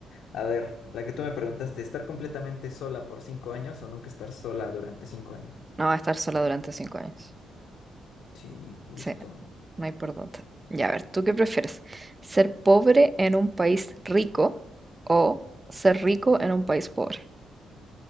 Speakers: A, on the left; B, on the right.
A: A ver, la que tú me preguntaste, ¿estar completamente sola por cinco años o nunca estar sola durante cinco años?
B: No va a estar sola durante 5 años.
A: Sí, justo.
B: Sí, no hay por dónde. Ya, a ver, ¿tú qué prefieres? ¿Ser pobre en un país rico o ser rico en un país pobre?